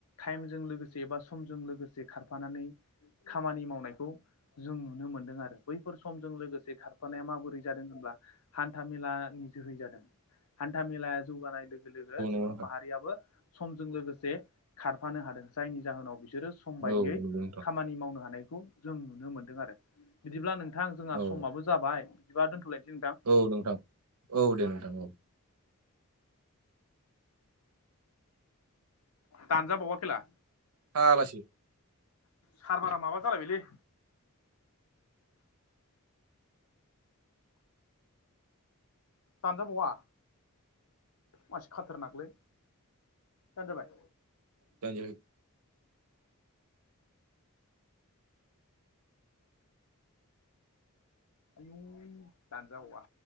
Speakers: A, on the left; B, on the right.
A: टाइमजों लोगोसे एबा समजों लोगोसे खारफानानै खामानि मावनायखौ जों नुनो मोनदों आरो बैफोर समजों लोगोसे खार फानाया माबोरै जादों होनब्ला हान्था मेलानि जोहै जादों हान्था मेलाया जौगानाय लो गो लोगो सुबुं
B: नोंथां
A: माहारियाबो समजों लोगोसे खारफानो हादों जायनि जाहोनाव बिसोरो सम बायदियै
B: औ नंगौ नोंथां
A: खामानि मावनो हानायखौ जों नुनो मोनदों आरो। बिदिब्ला नोंथां जोंहा
B: औ
A: समाबो जाबाय बिदिबा दोन्थ'लायसै नोंथां।
B: औ नोंथां औ दे नोंथां औ।
A: दानजा बावा खेला।
B: फाग्लासो।
A: सारबारा माबा जालायबायलै। दानजाबावा मानसि खाथार नागलै दान जाबाय
B: द <unintelligible>
A: आयु दानजावा